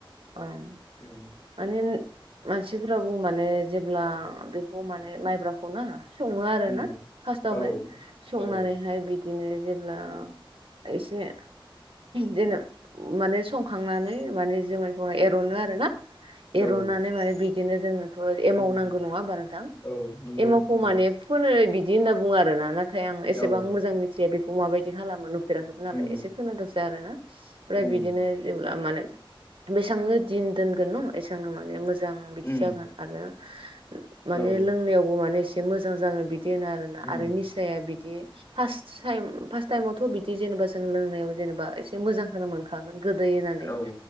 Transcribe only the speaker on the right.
अ मानेन
मानसिफोरा बुंङो माने जेब्ला बेखौ माने माइब्राखौ ना सङो आरो
ना फार्स्टावहाय
संनानैहाय
बिदि बिदिनो जेब्ला एसे जेन' माने संखांनानै माने जुमायखौ एर'नो आरो ना
रुनानै माने बिदिनो जोंनोथ' एमाव
नांगौ नङा होमबा नोंथां?
एमावखौ
माने फोनो बिदि होनना बुङो आरो ना नाथाय आं एसेबां
मोजां मिथिया बेखौ माबायदि खालामो। नुफेराखैबो नालाय
एसे खोनादोंंसो आरो ना ओमफ्राय
बिदिनो जेब्ला माने बेसांनो दिन दोनगोन न एसांनो माने मोजां बिदि
जागोन आरो माने
लोंनायावबो माने एसे मोजां जागोन बिदि होनो आरोना
आरो मिस जाया बिदि फार्स्ट टाइम फार्स्ट टाइमावथ' बिदि जेनेबा जों लोंनायाव जेनेबा एसे मोजां होनो मोनखागोन गोदै होननानै